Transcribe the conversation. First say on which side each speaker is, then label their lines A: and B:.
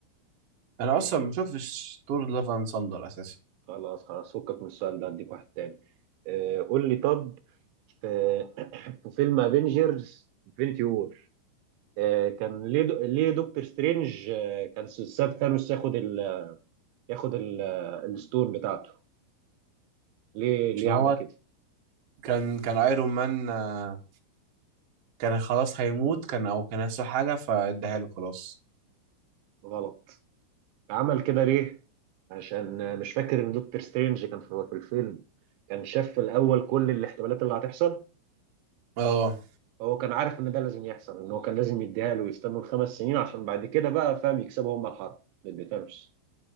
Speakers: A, on the right (about 55°); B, on the right (about 80°).
A: انا اصلا ما شفتش دور لافان ساندر اساسا
B: خلاص خلاص فكك من السؤال ده اديك واحد تاني آه... قول لي طب في <coughs> <clears throat> في فيلم افنجرز انفنتي وور آه... كان ليه دو... ليه دكتور سترينج آه... كان ساب ثانوس ياخد ال... ياخد ال... آه، الستون بتاعته ليه ليه
A: عشان
B: عمل
A: هو
B: كده
A: كان كان ايرون مان آه، كان خلاص هيموت كان او كان هيحصل حاجه فاداها له خلاص
B: غلط عمل كده ليه؟ عشان مش فاكر ان دكتور سترينج كان في في الفيلم كان شاف في الاول كل الاحتمالات اللي هتحصل
A: اه
B: هو كان عارف ان ده لازم يحصل ان هو كان لازم يديها له ويستنوا الخمس سنين عشان بعد كده بقى فاهم يكسبوا هم الحرب ما اديتهمش